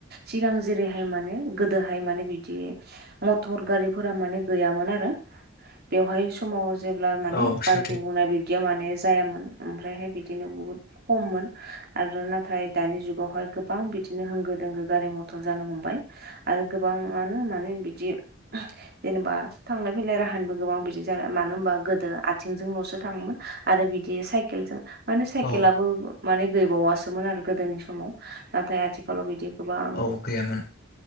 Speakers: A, on the right; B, on the left.
A: सिगां जेरैहाय माने गोदोहाय माने बिदि मटर गारिफोरा माने गैयामोन आरो बेवहाय समाव जेब्ला माने
B: औ सैथो
A: बुंनाय बिब्दिया माने जायामोन ओमफ्रायहाय बिदिनो बुहुत खममोन आरो नाथाय दानि जुगावहाय गोबां बिदिनो होंगो दोंगो गारि मथर जानो हमबाय आरो गोबाङानो माने बिदि जेनेबा थांलाय फैलाय राहानिबो गोबां बिदि ज मानो होनबा गोदो आथिंजोंल'सो थाङोमोन आरो बिदि साइकेलजों माने साइकेलाबो
B: औ
A: माने गैबावासोमोन आरो गोदोनि समाव नाथाय आथिखालाव बिदि गोबां
B: औ गैयामोन